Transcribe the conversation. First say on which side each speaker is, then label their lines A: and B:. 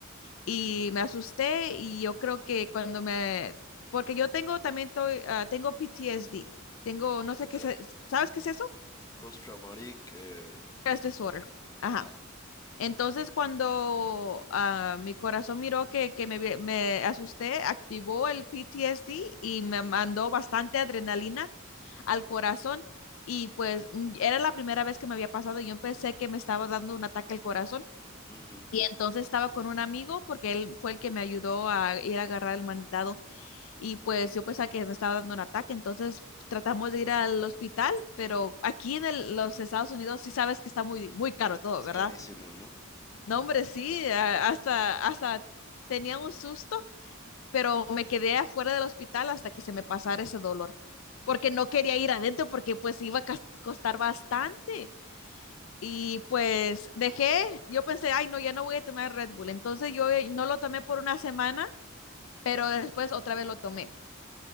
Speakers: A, on the left; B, on the left.
A: y me asusté y yo creo que cuando me, porque yo tengo también, estoy- ah, tengo PTSD, tengo, no sé
B: Ok.
A: qué, es- ¿sabes qué es eso?
B: Post-traumatic, eh,
A: Stress disorder. Ajá.
B: ajá.
A: Entonces, cuando ah, mi corazón miró que, que me, vi- me asusté, activó el PTSD y me mandó bastante adrenalina al corazón. Y pues mm, era la primera vez que me había pasado. y Yo pensé que me estaba dando un ataque al corazón.
B: Ujú.
A: Y entonces estaba con un amigo porque él fue el que me ayudó a ir a agarrar el mandado. Y pues yo pensaba que me estaba dando un ataque. Entonces tratamos de ir al hospital, pero aquí en el- los Estados Unidos sí sabes que está muy, muy caro todo,
B: Es
A: ¿verdad?
B: carísimo, ¿no?
A: No, hombre, sí, a- hasta, hasta tenía un susto, pero me quedé afuera del hospital hasta que se me pasara ese dolor, porque no quería ir adentro porque pues iba a cas- costar bastante. Y pues dejé, yo pensé, ay, no, ya no voy a tomar Red Bull. Entonces yo eh, no lo tomé por una semana, pero después otra vez lo tomé.